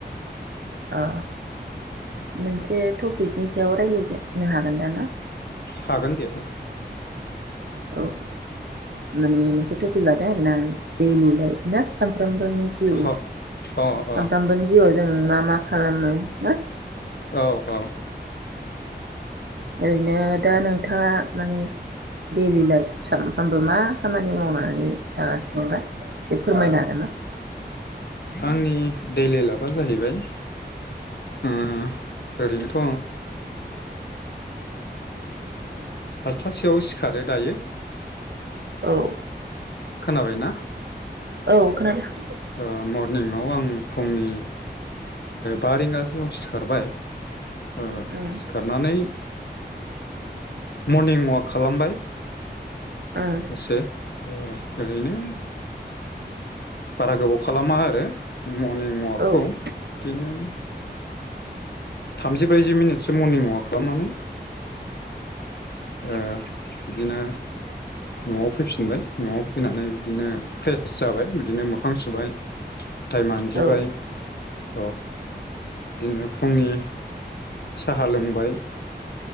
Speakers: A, on the right; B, on the left.
A: ओ मोनसे टपिकनि सायाव राय्लायजनो हागोन दा ना?
B: हागोन दे।
A: औ माने मोनसे टपिक लादों आरोना दैलि लाइफ ना सानफ्राम सामफ्रामबोनि जिउ
B: ह अ अ
A: सामफ्रामबोनि जिउआव जों मा मा? खालामो ना?
B: औ औ।
A: ओरैनो दा नोंथाङा माने दैलि लाइफ सानफ्रामबो मा खामानि मावनानै थागासिनोबा? एसे फोरमायनो
B: औ
A: हागोन ना?
B: आंनि दैलि लाबआ जाहैबाय उम ओरैनोथ' आं फासथासोयाव सिखारो दायो
A: औ
B: खोनाबाय ना?
A: औ खोनादों।
B: ओ मर्निं आव आं फुंनि बा रिंगासोआव सिखारबाय ओ
A: उम
B: सिखारनानै मर्निं वाक खालामबाय।
A: उम
B: दसे ओ ओरैनो बारा गोबाव खालामा आरो। मर्निं वाक
A: औ
B: खौ
A: उम
B: बिदिनो थामजि ब्रैजि मिनिटसो मर्निं वाक खालामनानै ओ बिदिनो न'आव फैफिनबाय न'आव फैनानै बिदिनो फ्रेस जाबाय बिदिनो मोखां सुबाय हााथाय मानजिबाय
A: औ उम
B: औ बिदिनो फुंनि साहा लोंबाय